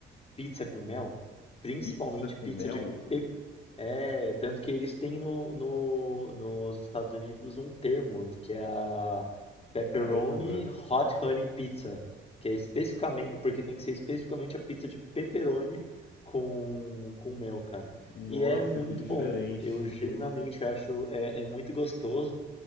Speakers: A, on the left (about 30°); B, on the left (about 70°).
A: pizza com mel? Principalmente
B: Pizza com
A: pizza
B: mel?
A: de pe... É, tanto que eles têm no, no- nos Estados Unidos um termo, que é a Pepperoni
B: Caramba.
A: Hot Honey Pizza, que é especificamente, porque tem que ser especificamente a pizza de pepperoni com, com mel, cara.
B: Nossa,
A: E é muito
B: que diferente.
A: bom. Eu Uhum. genuinamente acho, é, é muito gostoso.